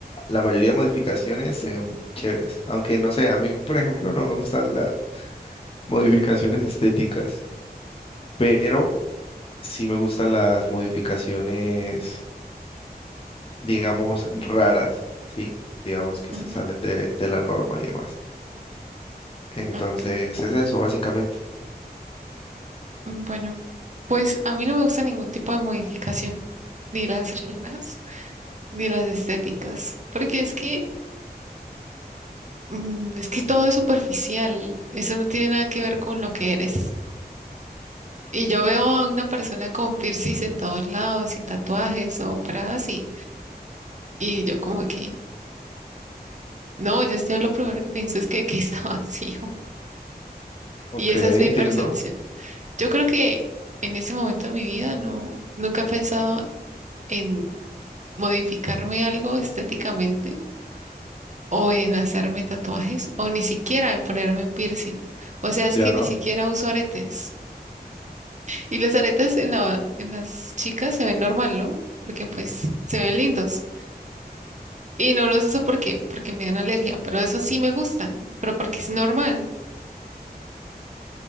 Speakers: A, on the left; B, on the right.
A: la mayoría de modificaciones se ven chéveres. Aunque no sé, a mí, por ejemplo, no me gustan las modificaciones estéticas, pero sí me gustan las modificaciones, digamos, raras, ¿sí? Digamos que
B: Ujú,
A: se salen de, de la norma y demás. Entonces,
B: ok.
A: es eso, básicamente.
B: Mm, Bueno, pues a mí no me gusta ningún tipo de modificación, ni las <laughs> reglas, ni las estéticas, porque es que, mm, es que todo es superficial. Eso no tiene nada que ver con lo que eres. Y yo veo a una persona con piercings en todos lados y tatuajes o operadas y, y yo como que, no, yo, yo lo primero que pienso es que, que <laughs> está vacío.
A: Ok,
B: Y esa es mi
A: entiendo.
B: percepción. Yo creo que en ese momento de mi vida no, nunca he pensado en modificarme algo estéticamente o en hacerme tatuajes o ni siquiera en ponerme un piercing. O sea, es
A: Ya.
B: que ni siquiera uso aretes. Y los aretes en la, en las chicas se ven normal, ¿no? Porque pues se ven lindos. Y no los uso porque, porque me dan alergia, pero esos sí me gustan, pero porque es normal.